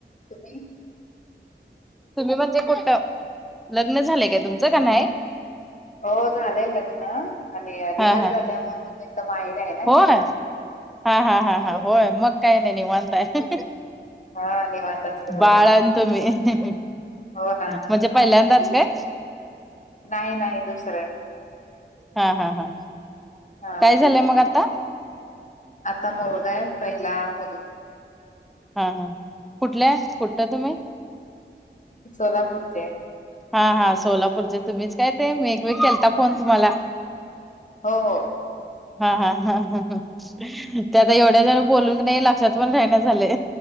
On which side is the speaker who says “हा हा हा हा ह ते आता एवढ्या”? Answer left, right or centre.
Centre